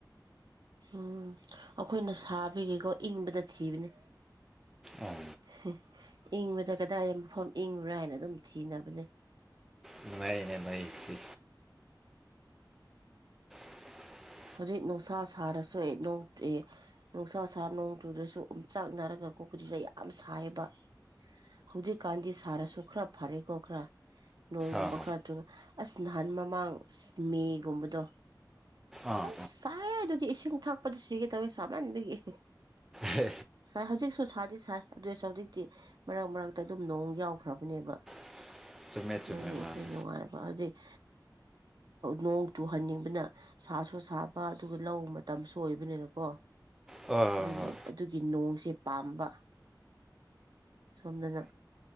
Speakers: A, on the right; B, in the centre.
A: ꯎꯝ ꯑꯈꯣꯏꯅ ꯁꯥꯕꯤꯒꯦꯀꯣ ꯏꯪꯕꯗ ꯊꯤꯕꯅꯤ
B: ꯑꯣ
A: ꯍꯝ ꯏꯤꯡꯕꯗ ꯀꯗꯥꯏꯗꯩ ꯃꯐꯝ ꯏꯤꯡꯕ꯭ꯔꯥ ꯍꯥꯏꯅ ꯑꯗꯨꯝ ꯊꯤꯅꯕꯅꯟ
B: ꯅꯨꯡꯉꯥꯏꯔꯦꯅꯦ ꯅꯣꯏꯁꯤ <unintelligible>
A: ꯍꯧꯖꯤꯛ ꯅꯨꯡꯁꯥ ꯁꯥꯔꯁꯨ ꯑꯦ ꯅꯣꯡ ꯑꯦ ꯇꯨꯑꯦ ꯅꯨꯡꯁꯥ ꯁꯥꯔ ꯅꯣꯡꯇꯨꯗ꯭ꯔꯁꯨ ꯑꯨꯝꯆꯥꯛꯅꯥꯔꯒ ꯄꯨꯗꯨꯔꯩ ꯌꯥꯝ ꯁꯥꯏꯌꯦꯕ ꯍꯧꯖꯤꯛꯀꯥꯟꯗꯤ ꯁꯥꯔꯁꯨ ꯈꯔ ꯐꯔꯦꯀꯣ ꯈꯔ ꯅꯣꯡꯒꯨꯝꯕ
B: ꯑꯥ
A: ꯈꯔ ꯇ ꯑꯁ ꯅꯍꯥꯟ ꯃꯃꯥꯡ ꯑ ꯃꯦꯒꯨꯝꯕꯗꯣ
B: ꯑꯥ
A: ꯍꯣꯏ ꯆꯥꯏ ꯑꯗꯨꯗꯤ ꯏꯁꯤꯡ ꯊꯛꯄꯗ ꯁꯤꯒꯦ ꯇꯧꯋꯤ ꯁꯃꯟꯕꯤꯒꯤ
B: ꯍ
A: ꯁꯥꯏ ꯍꯧꯖꯤꯛꯁꯨ ꯁꯥꯗꯤ ꯁꯥꯏ ꯑꯗꯨꯑꯣꯏꯁꯨ ꯍꯧꯖꯤꯛꯇꯤ ꯃꯔꯛ ꯃꯔꯛꯇ ꯑꯗꯨꯝ ꯅꯣꯡ ꯌꯥꯎꯈ꯭ꯔꯕꯅꯦꯕ
B: <unintelligible>
A: ꯑꯗꯨꯒꯤ ꯑꯩꯈꯣꯏ
B: ꯃꯥꯅꯦ
A: ꯅꯨꯡꯉꯥꯏꯕ ꯑꯗꯨꯩ ꯅꯣꯡ ꯆꯨꯍꯟꯅꯤꯡꯕꯅ ꯁꯥꯁꯨ ꯁꯥꯕ ꯑꯗꯨꯒ ꯂꯧ ꯃꯇꯝꯁꯨ ꯑꯣꯏꯕꯅꯤꯅꯀꯣ
B: ꯑꯣ ꯍ
A: ꯑꯗꯨꯒꯤ
B: ꯍ
A: ꯑꯗꯨꯒꯤ ꯅꯣꯡꯁꯦ ꯄꯥꯝꯕ ꯁꯣꯝꯗꯅ